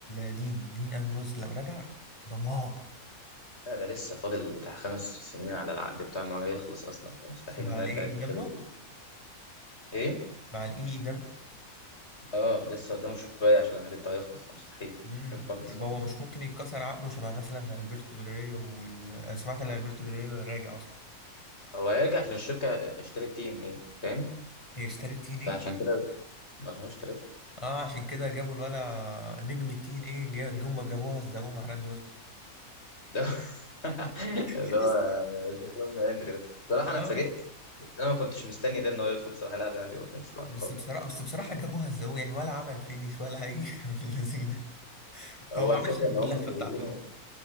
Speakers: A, on the left (about 20°); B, on the left (about 45°).
A: دين دين امروز لو رجع دمار
B: لا ده لسه فاضل بتاع خمس سنين على العقد بتاعه ان هو يخلص اصلا فمستحيل
A: مع
B: انه
A: الاي
B: يرجع
A: اي
B: للدبليو
A: دبليو
B: ايه
A: مع الاي اي
B: اه لسه قدامه شويه عشان العقد بتاعه يخلص فمستحيل
A: امم
B: مستحيل خالص
A: طب
B: يعني
A: هو مش ممكن يتكسر عقده شبه مثلا البرتو دريو وال... أنا سمعت ان البرتو دريو راجع اصلا
B: هو هيرجع عشان الشركه اشترت تي ان ايه فاهم
A: هي اشترت تين ايه
B: فعشان كده ما هو اشترت
A: اه عشان كده جابوا الولا نجم التين ايه جا- جم جابوها الزقوم مع راندي اورتون
B: ده <laughs> اللي
A: يس.
B: هو جون هندري ده بصراحه
A: <laughs> اه
B: انا اتفاجئت بس انا ما كنتش مستني ده ان هو يدخل بصراحه يلعب راندي اورتن بصراحه
A: بس
B: خالص
A: بصراحه
B: يعني
A: بس بصراحه جابوها الزقوم يعني ولا عمل فينيش ولا اي <laughs> من اللذينه
B: هو
A: هو ما
B: الفكره
A: عملش غير
B: ان هم
A: اللفه بتاعته
B: جايبينه
A: دي